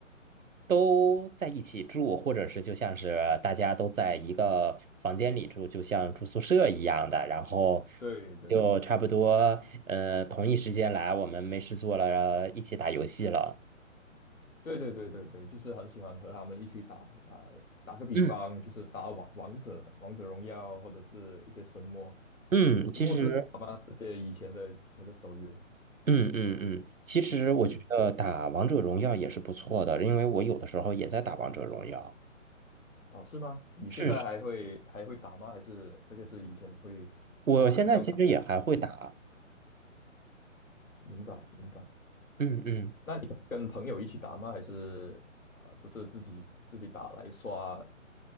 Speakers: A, on the right (about 85°); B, on the left (about 85°).
A: 都在一起住，或者是就像是大家都在一个房间里住，就像住宿舍一样的，然后
B: 对对
A: 就差不多，呃，同一时间来，我们没事做了，一起打游戏了。
B: 对对对对对，就是很喜欢和他们一起打啊、打个比方，
A: 嗯
B: 就是打王王者、王者荣耀或者是一些神魔、
A: 嗯，
B: 神魔之塔嘛，
A: 其实，
B: 这些以前的以前的手游。
A: 嗯嗯嗯，其实我觉得打王者荣耀也是不错的，
B: 对。
A: 因为我有的时候也在打王者荣耀。
B: 哦，是吗？你现在还会还会打吗？
A: 是，是
B: 还是这个是以前会会比较常事情？
A: 我现在其实也还会打。
B: 明白明白。
A: 嗯嗯，
B: 那你跟朋友一起打吗？还是啊、呃都是自己自己打来刷